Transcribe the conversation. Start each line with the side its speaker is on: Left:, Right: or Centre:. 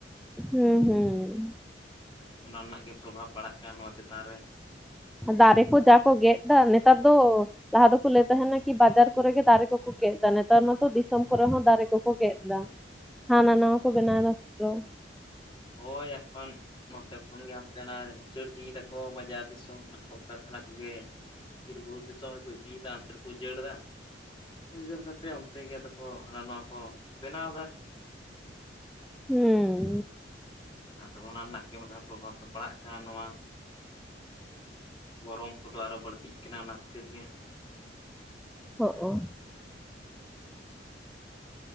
Centre: ᱦᱩᱸ ᱦᱩᱸ
Left: ᱚᱱᱟ ᱨᱮᱱᱟᱜ ᱜᱮ ᱯᱛᱨᱵᱷᱟᱵᱽ ᱯᱟᱲᱟᱜ ᱠᱟᱱᱟ ᱱᱚᱣᱟ ᱪᱮᱛᱟᱱ ᱨᱮᱼᱼ
Centre: ᱫᱟᱨᱮ ᱠᱚ ᱡᱟ ᱠᱚ ᱜᱮᱫ ᱫᱟ ᱱᱮᱛᱟᱨ ᱫᱚ ᱞᱟᱦᱟ ᱫᱚᱠᱚ ᱞᱟᱹᱭ ᱛᱟᱦᱮᱱᱟ ᱠᱤ ᱵᱟᱡᱟᱨ ᱠᱚᱨᱮ ᱜᱮ ᱫᱟᱨᱮ ᱠᱚᱼᱼ ᱜᱮᱫ ᱫᱟ ᱱᱮᱛᱟᱨ ᱱᱚᱛᱚ ᱫᱤᱥᱚᱢ ᱠᱚᱨᱮ ᱦᱚᱸ ᱫᱟᱨᱮ ᱠᱚᱠᱚ ᱜᱮᱫ ᱮᱟ ᱦᱟᱱᱟ ᱱᱷᱟᱣᱟ᱾ ᱠᱚ ᱵᱮᱱᱟᱣ ᱫᱚ
Left: <unintelligible> ᱱᱚᱛᱮ ᱠᱷᱚᱱᱜᱮ ᱦᱟᱱᱛᱮᱱᱟᱜ ᱩᱪᱟᱹᱲ ᱤᱫᱤᱭ ᱫᱟᱠᱚ ᱵᱟᱡᱟᱨ ᱫᱤᱥᱚᱢ ᱨᱮᱱᱟᱜ ᱠᱚᱞᱠᱟᱨᱠᱷᱟᱱᱟ ᱠᱚᱜᱮᱼᱼ <unintelligible> ᱩᱡᱟᱹᱲ ᱫᱟ ᱩᱡᱟᱹᱲ ᱠᱟᱛᱮᱫ ᱚᱱᱛᱮ ᱜᱮ ᱟᱫᱚ ᱠᱚ ᱦᱟᱱᱟ ᱱᱷᱟᱣᱟ ᱠᱚ ᱵᱮᱱᱟᱣ ᱫᱟ᱾
Centre: ᱦᱮᱸ
Left: ᱟᱫᱚ ᱚᱱᱟ ᱨᱮᱱᱟᱜ ᱜᱮ ᱢᱟᱱᱮ ᱯᱨᱚᱵᱷᱟᱵᱽ ᱫᱚ ᱯᱟᱲᱟᱜ ᱠᱟᱱᱟ ᱱᱚᱣᱟ᱾ ᱜᱚᱨᱚᱢ ᱠᱚᱫᱚ ᱟᱨᱚ ᱵᱟᱹᱲᱛᱤᱜ ᱠᱟᱱᱟ ᱚᱱᱟ ᱠᱷᱟᱹᱛᱤᱨ ᱜᱮᱼᱼ
Centre: ᱦᱚᱸᱜ ᱚ